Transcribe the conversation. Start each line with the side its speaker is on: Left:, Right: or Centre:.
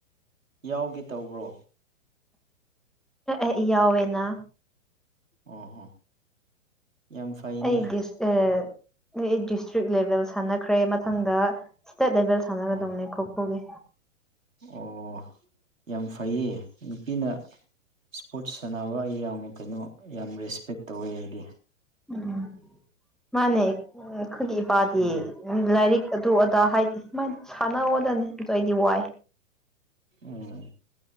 Right: ꯌꯥꯎꯒꯦ ꯇꯧꯕ꯭ꯔꯣ
Centre: ꯏ ꯌꯥꯎꯋꯦ ꯑꯩꯒꯤ ꯅ
Right: ꯑꯣ ꯍꯣ ꯌꯥꯝ ꯐꯩꯅꯦ
Centre: ꯑꯩ ꯗꯤꯁꯇ꯭ꯔꯤꯛ ꯂꯦꯚꯦꯜ ꯁꯥꯟꯅꯈ꯭ꯔꯦ ꯃꯊꯪꯗ ꯏꯁꯇꯦꯠ ꯂꯦꯚꯦꯜ ꯁꯥꯟꯅꯒꯗꯧꯅꯦ
Right: ꯑꯣ
Centre: ꯈꯣꯈꯣꯒꯤ
Right: ꯑꯣ ꯌꯥꯝ ꯐꯩꯌꯦ ꯅꯨꯄꯤꯅ ꯏꯁꯄꯣꯔꯠꯁ ꯁꯥꯟꯅꯕ ꯑꯩ ꯌꯥꯝ ꯀꯩꯅꯣ ꯌꯥꯝ ꯔꯦꯁꯄꯦꯛ ꯇꯧꯋꯦ ꯑꯩꯗꯤ
Centre: ꯎꯝ ꯎꯝ ꯃꯥꯅꯦ ꯑꯩꯈꯣꯏꯒꯤ ꯏꯄꯥꯗꯤ
Right: ꯎꯝ
Centre: ꯂꯥꯏꯔꯤꯛ ꯑꯗꯨ ꯑꯗꯥ ꯍꯥꯏꯗꯤꯃꯥꯏꯅ ꯁꯥꯟꯅꯑꯣꯗꯅꯤ ꯑꯗꯨ ꯑꯩꯗꯤ ꯋꯥꯏ
Right: ꯎꯝ